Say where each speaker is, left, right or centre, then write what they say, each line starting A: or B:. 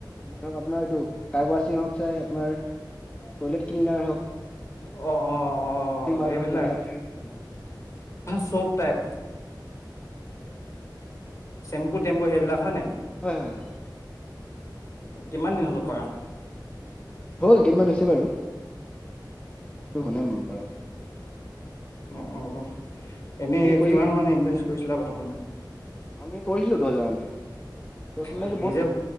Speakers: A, on the left (about 15°); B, on the left (about 40°).
A: ধৰক আপোনাৰ এইটো কাৰ ৱাচিং ক্লিনাৰ হওক চাই আপোনাৰ টইলেট ক্লিনাৰ হওক হয়নে
B: অ' অ' অ'
A: ৱাশ্বিং পাউদাৰ
B: সেইবিলাক
A: হওক এইবিলাক এইবিলাক
B: চব টাইপ
A: <unintelligible>
B: চেম্পু টেম্পু সেইবিলাক হয় নে?
A: হয় হয় হয়।
B: কিমান দিন হ'ল কৰা?
A: হ'ল কেইদমান হৈছে বাৰু। বেছিটো হোৱা নাই মোৰ পৰা
B: অ' অ' এনেই
A: আপুনি কৰিম
B: কিমান মান ইনভেষ্ট কৰিছিলা প্ৰথমতে।
A: আমি কৰিছিলোঁ দহ হাজাৰ মান দহ
B: ওৱাহ
A: মানে এইটো
B: নিজে
A: বহুত